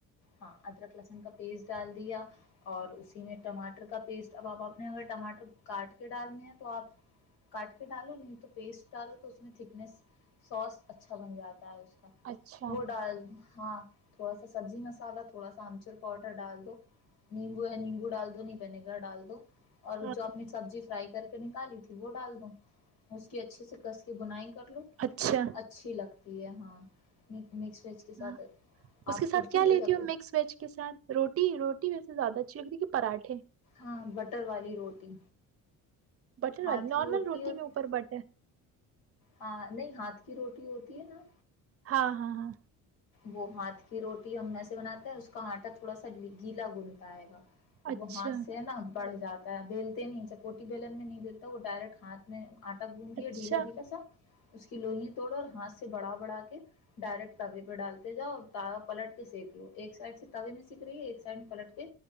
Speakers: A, on the left; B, on the right.
A: ہاں ادرک لسن کا پیسٹ ڈال دیا اور اسی میں ٹماٹر کا پیسٹ اب آپ آپ نے اگر ٹماٹر کاٹ کے ڈالنے ہیں تو آپ کاٹ کے ڈالو نہیں تو پیسٹ ڈالو تو اس میں تھکنیس سوس اچھا بن جاتا اس کا
B: اچھا
A: وہ ڈال ہاں تھوڑا سا سبزی مسالہ تھوڑا سا آمچور پاؤڈر ڈال دو نیمبو ہے نیمبو ڈال دو نہیں ونییگر ڈال دو اور
B: ہاں
A: جو اپنی سبزی فرائی کر کے نکالی تھی وہ ڈال دووں اس کی اچھی سے کس کی بنائی کر لوں
B: اچھا
A: اچھی لگتی تی ہاں مکس ویج کے ساتھ
B: ہاں اس
A: آپ
B: کے ساتھ
A: کچھ بھی
B: کیا
A: لے
B: لیتی
A: سکتے
B: ہوں مکس ویج کے ساتھ روٹی روٹی ویس زیادہ کہ پراھے
A: ہاں بٹر والی روٹی
B: بٹر
A: ہاتھ
B: والی
A: کی
B: نارمل روٹی
A: ہوتی،
B: میں اوپر بٹر
A: ہاں نہیں ہاتھ کی روٹی ہوتی ہے نا
B: ہاں ہاں ہاں
A: وہ ہاتھ کی روٹی ہم میں سے بناتے ہے اس کا آٹا تھوڑا سا گیلا گنتا آئے گا تو
B: اچھا
A: وہاں سے نا بڑھ جاتا ہے بیلتے نہیں چپوٹی بیلن میں نہیں بیلتا وہ ڈائریکٹ ہاتھ میں آٹا گوند دیاے
B: اچھا
A: ڈھییلا ڈھیلا سا اس کی لوئں توڑو اور ہاتھ سے بڑا بڑا کے ڈائریکٹ تے پہ ڈالتے جاؤ اور تاا پلٹ کے سینیک لو ایک سائڈ سے توے میں سیککھ رہی ہے ایک سائڈ میں پلٹ کے